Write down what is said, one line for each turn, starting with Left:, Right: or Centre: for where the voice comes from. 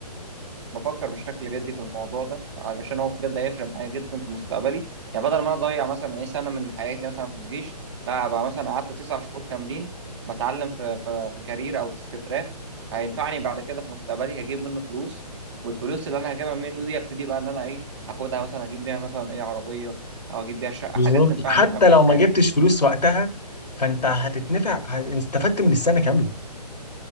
Right: بفكر بشكل جدي في الموضوع ده علشان هو بجد هيفرق معايا جدا في مستقبلي يعني بدل ما انا اضيع مثلا ايه سنه من حياتي مثلا في الجيش لا ابقى مثلا قعدت تسع شهور كاملين بتعلم في في في كارير او في تراك هينفعني بعد كده في مستقبلي هجيب منه فلوس والفلوس اللي انا هجيبها منه دي ابتدي بقى ان انا ايه اخدها مثلا اجيب بيها مثلا ايه عربيه او اجيب بيها شقه
Left: بالظبط
Right: حاجات تنفعني
Left: حتى
Right: فاهم في
Left: لو
Right: الحياه
Left: ما جبتش فلوس وقتها فانت هتتنفع هت- استفدت من السنه كامله